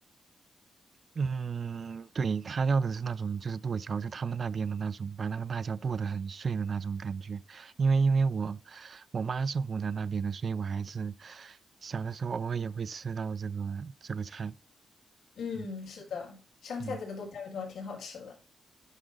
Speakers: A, on the right; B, on the left.
A: 嗯，对，他要的是那种就是剁椒，就他们那边的那种，把那个辣椒剁得很碎的那种感觉。因为因为我我妈是湖南那边的，所以我还是小的时候偶尔也会吃到这个这个菜。
B: 嗯，
A: 嗯
B: 是的，香菜这个剁椒鱼头挺好吃的。
A: 嗯，